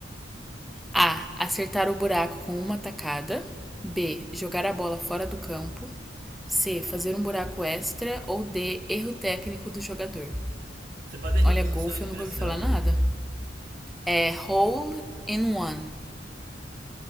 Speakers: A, in the centre; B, on the right.
A: A. Acertar o buraco com uma tacada. B. Jogar a bola fora do campo. C. Fazer um buraco extra. Ou D. Erro técnico do jogador.
B: Você pode repetir
A: Olha, golfe
B: só a expressão?
A: eu nunca ouvi falar nada. É hole in one.